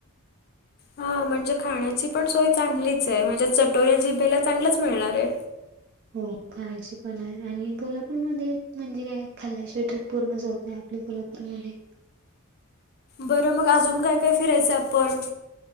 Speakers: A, on the left; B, on the right.
A: हं. म्हणजे खाण्याची पण सोय चांगलीच आहे. माझ्या चटोऱ्या जिभेला चांगलच मिळणार ए.
B: हो खाण्याची पण आहे. आणि कोल्हापूरमध्ये म्हणजे काय खाल्ल्याशिवाय ट्रीप पूर्णच होत नाही आप - आपल्या कोल्हापूरमध्ये.
A: बरं मग अजून काय काय फिरायचं आपण?